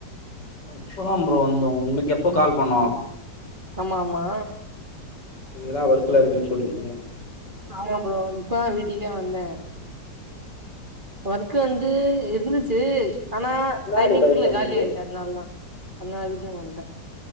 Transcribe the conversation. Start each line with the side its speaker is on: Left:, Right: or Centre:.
Left: இப்ப தா ப்ரோ வந்தோ உங்களுக்கு எப்போ கால் பண்ணோ
Right: ஆமா ஆமா
Left: நீங்கதா ஒர்க்ல இருக்குன் சொல்றீங்க
Right: ஆமா ப்ரோ இப்ப தா வீட்டுக்கே வந்த ஒர்க்கு வந்து இருந்துச்சு ஆனா
Left: முன்னாடி
Right: டைமிங்
Left: வை
Right: குள்ள
Left: தம்முனுக்கு
Right: காலி ஆயிடுச்சு அதனால் தா அதுனால் வீட்டுக் வன்ட்ட